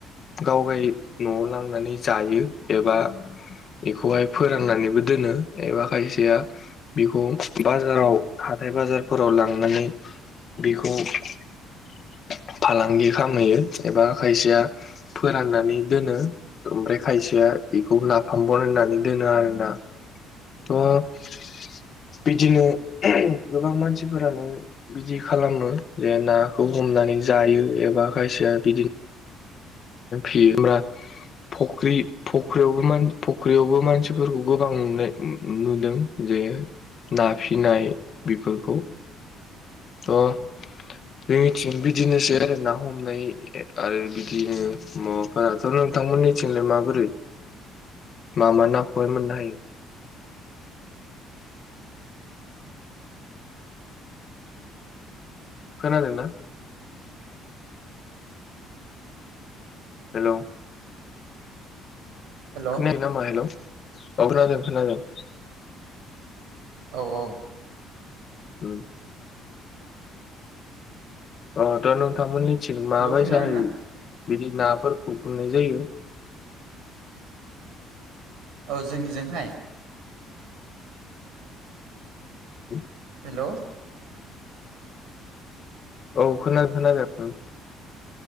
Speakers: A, on the left; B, on the right.
A: गाव गाय न'आव लांनानै जायो एबा बेखौहाय फोराननानैबो दोनो एबा खायसेया बेखौ बाजाराव हाथाय बाजारफोराव लांनानै बेखौ फालांगि खालामहैयो एबा खायसेया फोराननानै दोनो ओमफ्राय खायसेया एखौ नाफामबन बनायनानै दोनो आरो ना थ' बिदिनो गोबां मानसिफोरानो बिदि खालामो जे नाखौ हमनानै जायो एबा खायसेया बिदिनो फियो होमब्रा फख्रि फख्रियावबो मान फख्रियावबो मानसिफोरखौ गोबां नुनाय नुदों जे ना फिनाय बेफोरखौ अ जोंनिथिं बिदिनोसै आरो ना हमनाय आरो बिदि बिदिनो माबाफोराथ' नोंथांमोननिथिंलाय माबोरै? मा मा नाखौहाय मोननो हायो? खोनादों ना? हेलौ
B: हेल' औ
A: खोनायाखै नामा हेलौ? खोनादों खोनादों!
B: औ औ
A: उम अ थ' नोंथांमोननिथिं माबायसाहायो
B: हेल' खोनादोंना
A: बिदि नाफोरखौ खुंनाय जायो?
B: औ जोंनिजोंहाय
A: औ
B: हेल'
A: औ खोनादों खोनादों नोंथां